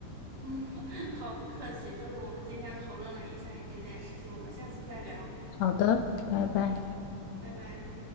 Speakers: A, on the right (about 75°); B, on the left (about 80°).
A: 嗯，<laughs> 好，不客气，就是我们今天讨论了一下你这件事情，我们下次再聊，
B: 好的，拜拜。
A: 拜拜。